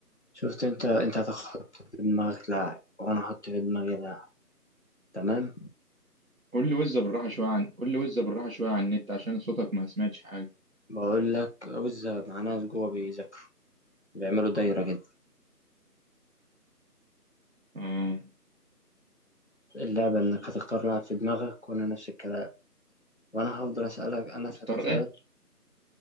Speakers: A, on the left (about 45°); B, on the right (about 55°).
A: شفت انت انت هتحط في دماغك لاعب وانا هحط في دماغي لاعب تمام
B: قول لي وزة بالراحة شوية عن قول لي وزة بالراحة شوية عن النت عشان صوتك ما سمعتش حاجة
A: بقول لك وزة مع ناس جوه بيذاكروا بيعملوا دايره كده
B: اه
A: اللعبه انك هتختار لاعب في دماغك وانا نفس الكلام وانا هفضل اسالك انا
B: اختار
A: اسالك سؤال
B: ايه